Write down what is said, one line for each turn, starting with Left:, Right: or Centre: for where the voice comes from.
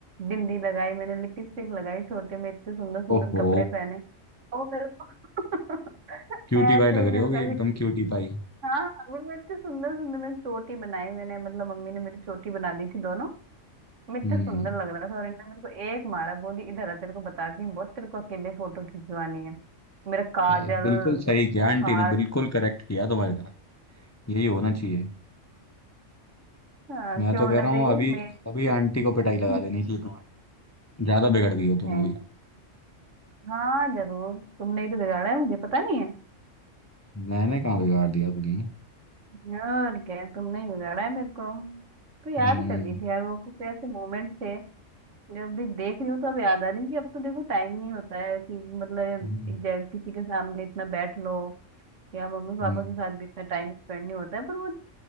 Right: बिंदी लगाई मैंने लिपस्टिक लगाई छोटे में इतने सुंदर सुंदर
Left: ओहो
Right: कपड़े पहने और वो मेरे को <laughs>
Left: क्यूटी
Right: ऐसे
Left: पाई लग
Right: ही
Left: रहे
Right: मेरे
Left: हो
Right: को
Left: एकदम
Right: ऐसे
Left: क्यूटी पाई
Right: हाँ अभी मैं इतने सुंदर सुंदर मैं चोटी बनाई मैंने मतलब मम्मी ने मेरी चोटी बना दी थी दोनों मैं इतने
Left: हम्म
Right: सुंदर लग रहा था और इन्होंने मेरे को एक मारा बोली इधर आ तेरे को बताती हूँ बहुत तेरे को अकेले फोटो खिंचवानी है मेरा काजल
Left: बस, बिल्कुल सही किया आंटी
Right: हार
Left: ने बिल्कुल
Right: <laughs>
Left: करेक्ट किया तुम्हारी तरफ यही होना चाहिए
Right: हाँ,
Left: मैं
Right: क्यों
Left: तो
Right: होना
Left: कह रहा
Right: चाहिए
Left: हूँ अभी
Right: मैं
Left: अभी आंटी को पिटाई लगा
Right: नहीं
Left: देनी चाहिए तुम्हारी ज्यादा बिगड़ गई
Right: नहीं
Left: हो तुम अभी
Right: हाँ जरूर तुमने ही तो बिगाड़ा है मुझे पता नहीं
Left: मैंने कहाँ बिगाड़ दिया तुम्हें
Right: है और क्या तुमने ही बिगाड़ा है मेरे को तो याद
Left: हम्म
Right: कर दी थी यार वो कुछ ऐसे मोमेंट थे जब भी देख रही हूँ तो अब याद आ रही हूँ कि अब तो देखो टाइम नहीं होता है कि मतलब
Left: हम्म,
Right: एक जगह किसी के सामने इतना बैठ लो या मम्मी पापा
Left: हम्म,
Right: के साथ भी इतना टाइम स्पेंड नहीं होता है पर वो